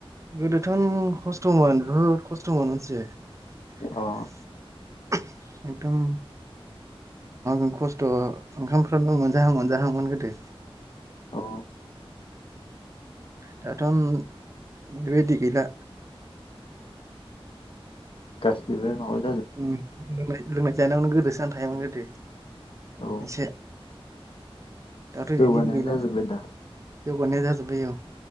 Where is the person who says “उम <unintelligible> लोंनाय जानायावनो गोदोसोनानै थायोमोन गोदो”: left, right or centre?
Right